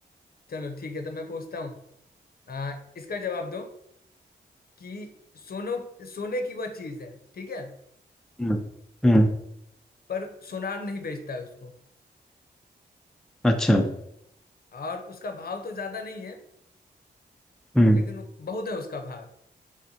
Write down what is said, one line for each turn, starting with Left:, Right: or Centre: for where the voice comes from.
Left: चलो ठीक है तो मैं पूछता हूँ आ, इसका जवाब दो कि सोनो सोने की वह चीज है ठीक है
Centre: हम्म हम्म
Left: पर सोनार नहीं बेचता है उसको
Centre: अच्छा
Left: और उसका भाव तो ज्यादा नहीं है
Centre: हम्म
Left: लेकिन बहुत है उसका भार